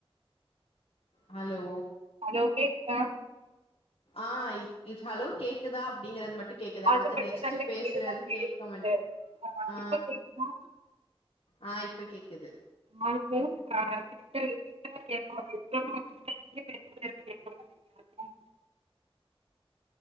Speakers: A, on the left; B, on the right.
A: ஹலோ
B: ஹலோ கேக்குதா
A: ஆ ப் ஹலோ கேக்குதா அப்பிடிங்கறத் மட் ட்டு கேக்குது
B: அது
A: அடுத்த
B: மட்டு
A: நெக்ஸ்ட்ட்
B: நல்ல
A: பேசுறது
B: கிளியரா கேக்குது
A: கேட்கமாட் ஆ
B: இப்ப கேக்குதா
A: ஆ இப்ப கேக்குது
B: ஆ <unintelligible>